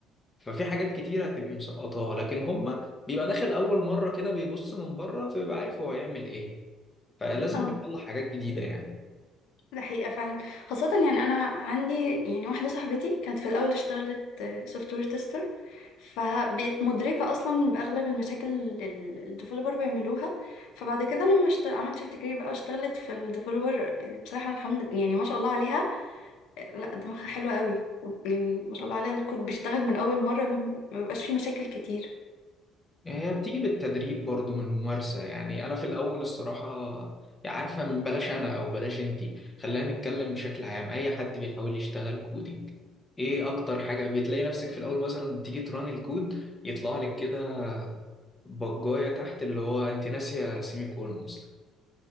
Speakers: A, on the left (about 20°); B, on the left (about 80°).
A: ففي حاجات كتيرة هتبقي مسقطاها لكن هما بيبقى داخل أول مرة كده بيبص من بره فبيبقى عارف هو هيعمل إيه فلازم
B: اه
A: بيطلع حاجات جديدة يعني
B: ده حقيقة فعلا خاصة يعني أنا عندي يعني واحدة صاحبتي كانت في الأول اشتغلت سوفت وير تيستر فبقت مدركة أصلا بأغلب المشاكل اللي الديفلوبر بيعملوها فبعد كده لما اشت... عملت شيفت كارير بقى واشتغلت في الديفلوبر يعني بصراحة الحمد لله يعني ما شاء الله عليها لا دماغها حلوة قوي يعني ما شاء الله عليها الكود بيشتغل من أول مرة لما- ما بيبقاش فيه مشاكل كتير
A: يعني هي بتيجي بالتدريب برضو من الممارسة يعني أنا في الأول الصراحة يعني عارفة من بلاش أنا أو بلاش أنتي خلينا نتكلم بشكل عام أي حد بيحاول يشتغل كودينج إيه أكتر حاجة بتلاقي نفسك في الأول مثلا تيجي تران الكود يطلع لك كده بجاية تحت اللي هو أنت ناسية سيمي كولون أصلا